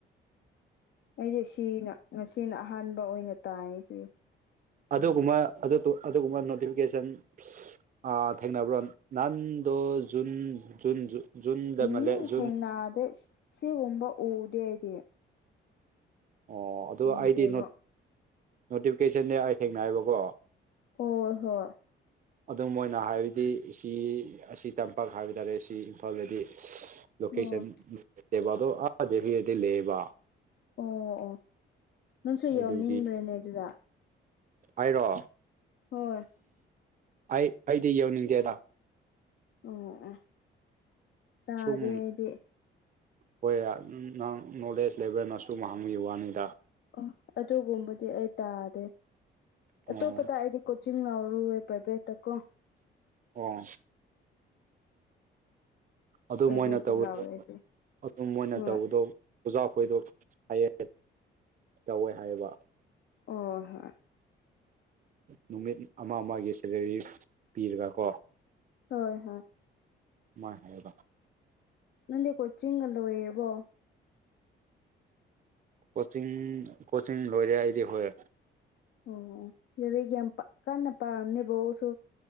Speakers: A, on the left; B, on the right.
A: ꯑꯩꯁꯦ ꯁꯤꯅ ꯉꯁꯤꯅ ꯑꯍꯥꯟꯕ ꯑꯣꯏꯅ ꯇꯥꯏ ꯁꯤ
B: ꯑꯗꯨꯒꯨꯝꯕ ꯑꯗꯨꯒꯨꯝꯕ ꯅꯣꯇꯤꯐꯤꯀꯦꯁꯟ ꯑ ꯊꯦꯡꯅꯕ꯭ꯔꯣ ꯅꯟꯗꯨ ꯖꯨꯟ ꯖꯨꯟ ꯖꯨ ꯖꯨꯟꯗ
A: ꯎꯝ
B: ꯃꯂꯦ
A: ꯊꯦꯡꯅꯗꯦ
B: ꯖꯨꯟꯟ
A: ꯁꯤꯒꯨꯝꯕ ꯎꯗꯦ ꯑꯩꯗꯤ
B: ꯑꯣ ꯑꯗꯨ
A: ꯎꯗꯦꯕ
B: ꯑꯩꯗꯤ ꯅꯣꯇꯤꯐꯤꯀꯦꯁꯟꯗꯤ ꯑꯩ ꯊꯦꯡꯅꯕꯀꯣ
A: ꯑꯣ ꯍꯣꯏ
B: ꯑꯗꯨꯝ ꯃꯣꯏꯅ ꯍꯥꯏꯕꯗꯤ ꯁꯤ ꯑꯁꯤ ꯇꯝꯄꯥꯛ ꯍꯥꯏꯕ ꯇꯥꯔꯦ ꯁꯤ ꯏꯝꯐꯥꯜꯗꯗꯤ ꯂꯣꯀꯦꯁꯟ
A: ꯑꯣ
B: ꯕꯗꯣ ꯑꯥ ꯍꯧꯔꯗꯤ ꯂꯩꯌꯦꯕ
A: ꯑꯣ ꯑꯣ ꯅꯪꯁꯨ ꯌꯥꯎꯅꯤꯡꯕ꯭ꯔꯦꯅꯦ
B: ꯑꯗꯨꯒꯤ
A: ꯑꯗꯨꯗ
B: ꯍꯥꯏꯔꯣ
A: ꯍꯣꯏ
B: ꯑꯩ ꯑꯩꯗꯤ ꯌꯧꯅꯤꯡꯗꯦꯗ
A: ꯑꯣ ꯇꯥꯗꯦ
B: ꯁꯨꯝ
A: ꯑꯩꯗꯤ
B: ꯍꯣꯏ ꯅꯪ ꯅꯣꯂꯦꯖ ꯂꯩꯕꯦꯜꯅ ꯁꯨꯝ ꯍꯪꯉ ꯋꯥꯅꯤꯗ
A: ꯑꯣ ꯑꯗꯨꯒꯨꯝꯕꯗꯤ ꯑꯩ ꯇꯥꯗꯦ
B: ꯑꯣ
A: ꯑꯇꯣꯞꯄꯗ ꯑꯩꯗꯤ ꯆꯤꯡ ꯂꯥꯎꯔꯨ ꯄ꯭ꯔꯥꯏꯚꯦꯠꯇ ꯀꯣ
B: ꯑꯣ ꯑꯗꯨ
A: ꯄ꯭ꯔꯥꯏꯚꯦꯠꯇ
B: ꯃꯣꯢꯅ ꯇꯧꯕꯗꯣ
A: ꯂꯧꯋꯦ ꯑꯩꯗꯤ
B: ꯑꯗꯨꯝ ꯃꯣꯏꯅ
A: ꯍꯣꯏ
B: ꯇꯧꯕꯗꯣ ꯑꯣꯖꯥ ꯑꯩꯈꯣꯏꯗꯣ ꯍꯥꯏꯌꯦꯡ ꯇꯧꯋꯦ ꯍꯥꯏꯌꯦꯕ
A: ꯑꯣ ꯍꯣꯏ
B: ꯅꯨꯃꯤꯠ ꯑꯃ ꯑꯃꯒꯤ ꯁꯦꯂꯔꯤ ꯄꯤꯔꯤꯕ ꯀꯣ
A: ꯍꯣꯏ ꯍꯣꯏ
B: ꯃꯣꯏ ꯍꯥꯏꯌꯦꯕ
A: ꯅꯗꯤꯦ ꯀꯣꯆꯤꯡ ꯂꯣ ꯑꯣꯏꯔꯕꯔꯕꯣ
B: ꯀꯣꯆꯤꯡ ꯀꯣꯆꯤꯡ ꯂꯣꯏꯔꯦ ꯑꯩꯗꯤ ꯍꯣꯏ
A: ꯑꯣ ꯑꯗꯨꯩꯒ ꯌꯥꯝ ꯀꯟꯅ ꯄꯥꯔꯝꯅꯦꯕꯁꯨ